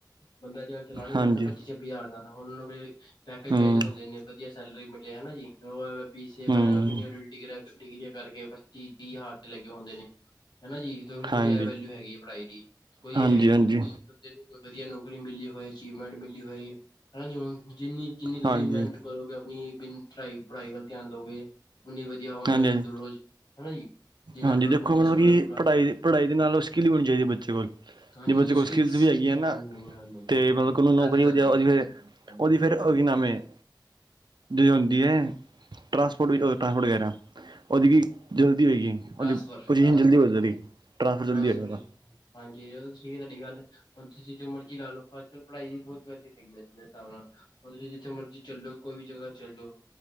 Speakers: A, on the left; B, on the right.
A: ਬੰਦਾ ਅੱਜ ਕੱਲ ਚਲਾਣਾ
B: ਹਾਂਜੀ
A: ਪੈਂਦਾ ਨਾ ਪੱਚੀ ਬੀ ਹਰ ਨੂੰ ਪੈਕੇਜ
B: ਹਮ
A: ਚਾਹੀਦੇ ਹੁੰਦੇ ਨੇ ਵਧੀਆ ਸੈਲਰੀ ਮਿਲੇ ਹਨਾ ਜੀ ਬੀ ਸੀ ਡਿਗ
B: ਹਮ
A: ਡਿਗਰੀਆਂ ਕਰਕੇ ਬੱਸ ਤੀ ਤੀਹ ਹੱਥ ਲੱਗੇ ਹੁੰਦੇ ਨੇ, ਹਨਾ ਜੀ। ਜਦੋਂ ਤੁਸੀਂ
B: ਹਾਂਜੀ
A: ਇਹ ਵੈਲਿਊ ਹੈਗੀ ਹੈ ਪੜ੍ਹਾਈ ਦੀ ਕੋਈ
B: ਹਾਂਜੀ
A: ਇਹ ਹੈ ਹੀ
B: ਹਾਂਜੀ ਹਾਂਜੀ
A: ਨੀ ਕਿ ਬੰਦੇ ਨੂੰ ਕੋਈ ਵਧੀਆ ਨੌਕਰੀ ਮਿਲੀ ਹੋਏ ਅਚੀਵਮੈਂਟ ਮਿਲੀ ਹੋਏ, ਹੈਨਾ ਜੀ, ਹੁਣ ਜਿੰਨੀ ਜਿੰਨੀ ਤੁਸੀਂ
B: ਹਾਂਜੀ
A: ਮਿਹਨਤ ਕਰੋਗੇ ਆਪਣੀ ਬਿਨ ਪੜ੍ਹਾਈ ਪੜ੍ਹਾਈ ਵੱਲ ਧਿਆਨ ਦਓਗੇ ਉਨੀ ਵਧੀਆਂ ਹੋਣ
B: ਹਾਂਜੀ
A: ਦੁਰ ਰੋਜ਼ ਹਨਾ ਜੀ, ਜਿੰਨਾ
B: ਹਾਂਜੀ
A: ਆਪਣਾ
B: ਦੇਖੋ
A: ਫੋਕਸ
B: ਮਤਲਬ
A: ਕਰੋ
B: ਕਿ
A: ਪੂਰਾ।
B: ਪੜ੍ਹਾਈ ਪੜ੍ਹਾਈ ਦੇ ਨਾਲ ਸਕੀਲ ਹੀ ਹੋਣੀ ਚਾਹੀਦੀ ਬੱਚੇ ਕੋਲ
A: ਹਾਂਜੀ
B: ਜੇ ਬੱਚੇ
A: ਉਹਦਾ
B: ਕੋਲ ਸਕਿੱਲਸ ਵੀ ਹੈਗੀ ਆ ਨਾ
A: ਹਾਂਜੀ ਹਾਂਜੀ ਹਾਂਜੀ ਹਾਂਜੀ
B: ਤੇ ਮੱਤਲਬ ਨੂੰ ਨੌਕਰੀ
A: ਦਾਦੀ ਦਾਦੀ
B: ਵੀ ਜਾ
A: ਹਾਂਜੀ
B: ਉਹਦੀ
A: ਹਾਂਜੀ
B: ਫਿਰ ਉਹ
A: ਹਾਂਜੀ
B: ਕੀ ਨਾਂਮ ਹੇ ਜੋਂ ਆਉਂਦੀ ਹੈ ਟਰਾਂਸਪੋਰਟ ਟਰਾਂਸਪੋਰਟ ਕਿਹ ਰਿਹਾ ਹਾਂ ਉਹਦੀ ਕੀ ਜਲਦੀ ਹੋਏਗੀ
A: ਟ੍ਰਾਂਸਫਰ
B: ਉਹਦੀ ਪਜੀਸ਼ਨ
A: ਟ੍ਰਾਂਸਫਰ
B: ਜਲਦੀ ਟਰਾਂਸਫਰ ਜਲਦੀ
A: ਟ੍ਰਾਂਸਫਰ
B: ਹੋਗਾ
A: ਹਾਂਜੀ ਇਹ ਠੀਕ ਹੈ ਤੁਹਾਡੀ ਗੱਲ ਹੁਣ ਤੁਸੀਂ ਜੋ ਮਰਜ਼ੀ ਲਾਓ ਅਜ ਕੱਲ੍ਹ ਪੜ੍ਹਾਈ ਬਹੁੱਤ ਵਧੀਆ ਹੈਗੀ ਵੈਸੇ ਮੇਰੇ ਹਿਸਾਬ ਨਾਲ ਹੁਣ ਤੁਸੀਂ ਜਿੱਥੇ ਮਰਜ਼ੀ ਚੱਲੇ ਜਾਉ ਕੋਈ ਵੀ ਜਗ੍ਹਾ ਚੱਲ ਜਾਓ